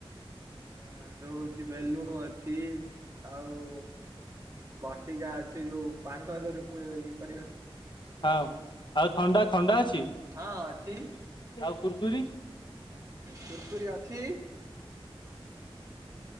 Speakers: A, on the right; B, on the left.
A: ଆ ର ହୋଉଛି ବେଲୁନ୍ ଅଛି ଆଉ ବଟିକା ଅଛି ଯଉ ପାନ ଦେହରେ
B: ହଁ ଆଉ ଥଣ୍ଡା ଥଣ୍ଡା ଅଛି
A: ହଁ ଅଛି
B: ଆଉ କୁର୍ କୁରି?
A: କୁୁରକୁରି ଅଛି